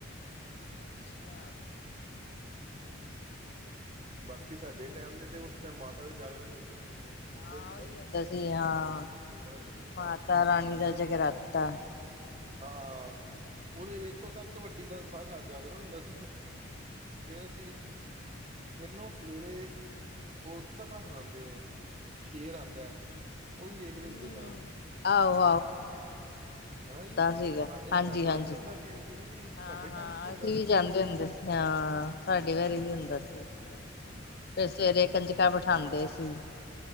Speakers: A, on the left; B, on the right.
A: ਅੱਛਾ ਅੱਛਾ।
B: ਬਾਕੀ ਸਾਡੇ ਟਾਈਮ ਦੇ ਤੇ, ਉਸ ਟਾਈਮ ਬਾਅਦ ਓਈ ਜਾਗਰਣ ਹੁੰਦੇ ਸੀ। ਜਦੋਂ ਅਸੀਂ ਛੋਟੇ
A: ਹਾਂ
B: ਸੀ ਨਾ
A: ਉਹੀ
B: ਜੀ
A: ਹੁੰਦਾ ਸੀ ਹਾਂ,
B: ਜਦੋਂ ਛੋਟੀ ਉਮਰ ਚ ਹੁੰਦੇ ਸਾਂ
A: ਮਾਤਾ ਰਾਣੀ ਦਾ ਜਗਰਾਤਾ।
B: ਹਾਂ ਉਹਦੇ ਵੇਖੋ ਸਭ ਤੋਂ ਵੱਡੀ ਗੱਲ ਸਾਰੀ ਰਾਤ ਜਾਗਰਣ ਹੁੰਦਾ ਸੀ ਜੀ, ਫਿਰ ਅਸੀਂ, ਫਿਰ ਨਾ ਸਵੇਰੇ ਉਹ ਕਥਾ ਸੁਣਾਂਦੇ ਐ, ਸ਼ੇਰ ਆਂਦਾ ਐ। ਉਹ ਵੀ ਵੇਖਦੇ
A: ਹਮ
B: ਹੁੰਦੇ ਸਾਂ ਅਸੀਂ,
A: ਆਹੋ
B: ਹਨਾ ਜੀ।
A: ਦਾ ਸੀਗਾ।
B: ਤੁਹਾਡੇ
A: ਹਾਂਜੀ,
B: ਤੁਹਾਡੇ
A: ਹਾਂਜੀ।
B: ਨਾਲ ਵੀ ਹੁੰਦਾ ਸੀ ਐਂ ਤੁਸੀਂ ਵੀ
A: ਹਾਂ,
B: ਤੁਹਾਡੇ ਟਾਈਮ
A: ਹਾਂ
B: 'ਚ ਹੁੰਦਾ
A: ਅਸੀਂ
B: ਸੀ
A: ਵੀ ਜਾਂਦੇ ਹੁੰਦੇ ਸੀ, ਹਾਂ ਸਾਡੇ ਵਾਰੀ ਵੀ ਹੁੰਦਾ ਹੁੰਦਾ ਸੀਗਾ।
B: ਹੂੰ
A: ਫੇਰ ਸਵੇਰੇ ਕੰਜਕਾ ਬਿਠਾਂਦੇ ਸੀ।